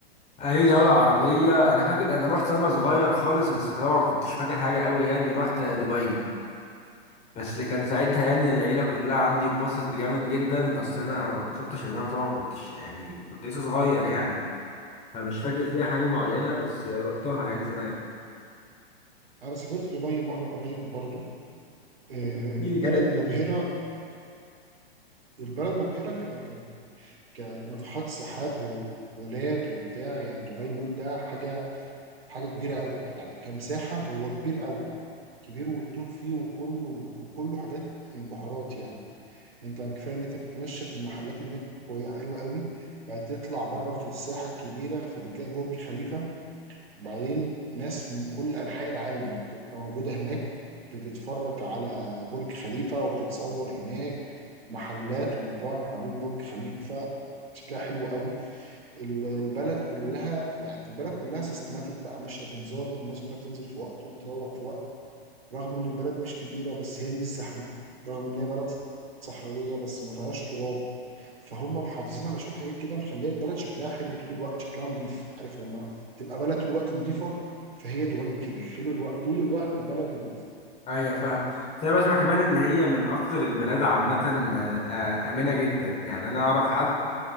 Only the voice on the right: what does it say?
اوكي
اوكي
انا سافرت دبي مره قريب برضو آه،
البلد
مبهره البلد مبهره ك ك كناطحات سحاب ومولات وبتاع يعني دبي مول ده حاجه حاجه كبيره قوي يعني كمساحه هو كبير قوي كبير والتوه فيه وكله وكله حاجات انبهارات يعني انت كفايه ان انت بتتمشى في المحلات هناك كوي- حلوه قوي بعد تطلع بره في الساحه الكبيره فبتلاقي برج خليفه وبعدين ناس من كل انحاء العالم بتبقى موجوده هناك بتتفرج على برج خليفه وبتتصور هناك محلات ومطاعم حوالين برج خليفه شكلها حلو قوي ال- البلد كلها يعني البلد كلها سيستماتيك بقى ماشيه بنظام الناس كلها بتنزل في وقت وبتروح في وقت رغم ان البلد مش كبيره بس هي مش زحمه رغم ان هي بلد صحراويه بس ما فيهاش تراب فهم محافظين على شويه حاجات كده مخليه البلد شكلها حلو طول الوقت شكلها نظيف عارف لما تبقى بلد طول الوقت نظيفه فهي دبي كده طول الوقت طول الوقت البلد نظيفه